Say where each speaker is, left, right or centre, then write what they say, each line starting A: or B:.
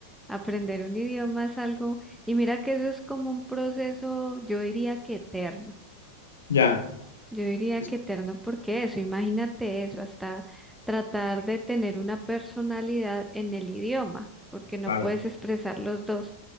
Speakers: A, in the centre; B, on the left (about 65°).
A: aprender un idioma es algo, y mira que eso es como un proceso, yo diría que eterno.
B: Ya,
A: Yo diría
B: sí,
A: que
B: sí,
A: eterno porque eso, imagínate eso, hasta tratar de tener una personalidad en el idioma, porque no
B: claro.
A: puedes expresar los dos